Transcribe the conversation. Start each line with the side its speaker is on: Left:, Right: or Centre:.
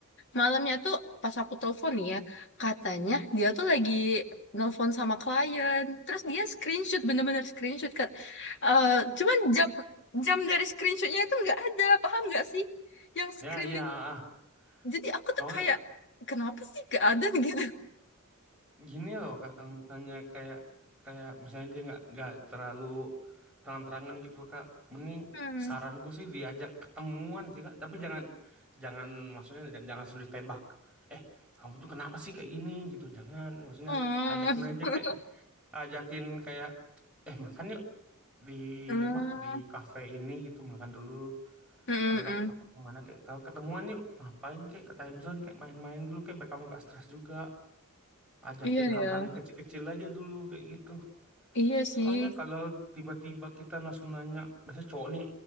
Left: Malamnya tuh pas aku telepon nih ya, katanya dia tuh lagi nelpon sama klien. Terus dia screenshot bener-bener screenshot kan. Eh, cuman jam jam dari screenshotnya itu nggak ada, paham nggak sih? Yang screen
Centre: Ya, iya. ah. ah.
Left: jadi aku
Centre: Kalau
Left: tuh kayak kenapa sih gak ada gitu
Centre: gini loh kak kalau misalnya kayak kayak misalnya dia nggak nggak terlalu terang-terangan gitu kak mending
Left: Hmm.
Centre: saranku sih diajak ketemuan sih kak tapi jangan jangan maksudnya j- jangan sulit tembak eh kamu tuh kenapa sih kayak gini gitu jangan maksudnya
Left: Oh.
Centre: ajakin aja
Left: <laughs>
Centre: kayak ajakin kayak eh makan yuk di
Left: Hmm.
Centre: mah di kafe ini gitu makan dulu
Left: Hmm,
Centre: kalau nggak
Left: hmm.
Centre: apa kemana kayak kalau ketemuan yuk ngapain kayak ke time zone kayak main-main dulu kayak biar kamu nggak stres juga ajakin
Left: Iya
Centre: hal-hal
Left: ya.
Centre: yang kecil-kecil aja dulu kayak gitu.
Left: Iya sih.
Centre: Soalnya kalau tiba-tiba kita langsung nanya, biasanya cowok nih,